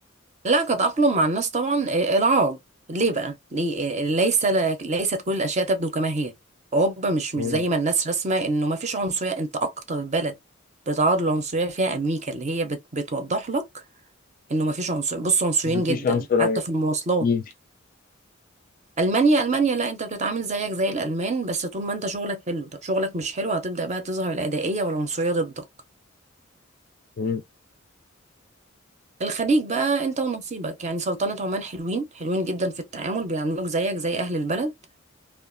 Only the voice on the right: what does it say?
لا كتأقلم مع الناس طبعا آه، العرب ليه بقى ليه آه، ليس ليست كل الاشياء تبدو كما هي اوروبا مش
مش زي ما الناس رسمه انه ما فيش عنصريه انت اكتر بلد بتعرض للعنصريه فيها امريكا اللي هي بت بتوضح لك انه ما فيش عنصر بص عنصريين
جدا
حتى في المواصلات
المانيا المانيا لا انت بتتعامل زيك زي الالمان بس طول ما انت شغلك حلو طب شغلك مش حلو هتبدا بقى تظهر العدائيه والعنصريه ضدك
الخليج بقى انت ونصيبك يعني سلطنه عمان حلوين حلوين جدا في التعامل بيعاملوك زيك زي اهل البلد